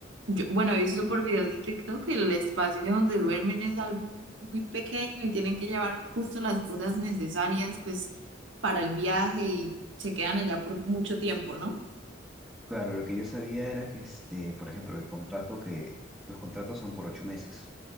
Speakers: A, on the right; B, in the centre.
A: yo, bueno, he visto por videos de TikTok que el espacio donde duermen es algo muy, muy pequeño y tienen que llevar justo las cosas necesarias, pues, para el viaje y se quedan allá por mucho tiempo, ¿no?
B: Claro, lo que yo sabía era que, este, por ejemplo, el contrato que, los contratos son por ocho meses,